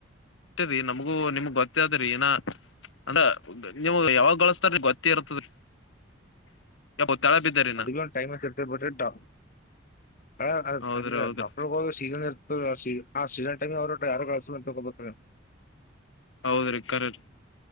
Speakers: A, on the left; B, on the left.
A: ಅಷ್ಟ ರೀ ನಮಗೂ ನಿಮ್ಗ್ ಗೊತ್ತಾದ್ರೀ ನ <inaudible> ಅಂದ್ರ ನೀಮ್ ಯಾವಾಗ್ ಗಳಸ್ತಾರೀ ಗೊತ್ತಿ ಇರ್ತದರಿ <inaudible> <inaudible> ಯಾವೋ ತಳ ಬಿದ್ದಾರಿನ
B: ಅದ ಟೈಮ್ ಇರ್ತ <inaudible> ಬ್ರೆ ಡಾಕ್ಟರ್
A: ಹೌದ್ರಿ ಹೌದ್ರಿ
B: ಹ ಸೀನ್ ಇ <inaudible> ಸೀನ್ ಟಮಿ ಅವ್ರರು ಯಾರು ಕಸ ಅಂತ ತ ಹಗೋಬೇಕ್ರ
A: ಹೌದ್ರಿ ಕರ್ರೀ